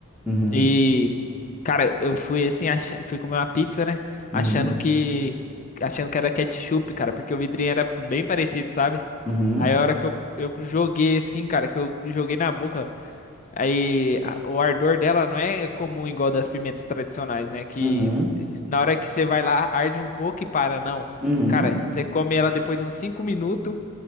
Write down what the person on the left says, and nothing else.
E, cara, eu fui assim, achando, fui comer uma pizza, né?
Achando que. Achando que era ketchup, cara, porque o vidrinho era bem parecido, sabe?
Aí a hora que eu, eu joguei assim, cara, que eu joguei na boca. Aí a- o ardor dela não é comum igual das pimentas tradicionais, né? Que
na hora que você vai lá, arde um pouco e para, não.
Cara, você come ela depois de uns 5 minutos,